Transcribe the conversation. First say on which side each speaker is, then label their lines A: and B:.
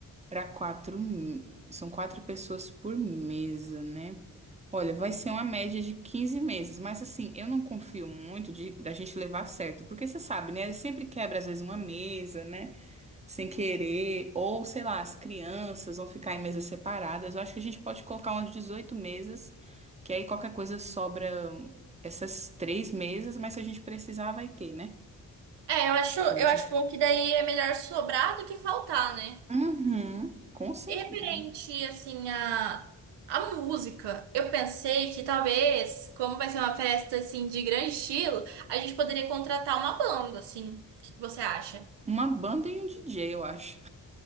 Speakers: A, on the right; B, on the right.
A: para 4 são quatro pessoas por mesa, né? Olha, vai ser uma média de 15 meses, mas assim, eu não confio muito de, da gente levar certo, porque você sabe, né? Sempre quebra às vezes uma mesa, né? Sem querer, ou sei lá, as crianças vão ficar em mesas separadas. Eu acho que a gente pode colocar umas 18 mesas, que aí qualquer coisa sobra essas três mesas, mas se a gente precisar, vai ter, né?
B: É, eu acho, eu
A: Coisa.
B: acho bom que daí é melhor sobrar do que faltar, né?
A: Uhum, com certeza.
B: E referente, assim, a, a música, eu pensei que talvez, como vai ser uma festa, assim, de grande estilo, a gente poderia contratar uma banda, assim. O que que você acha?
A: Uma banda e um DJ, eu acho.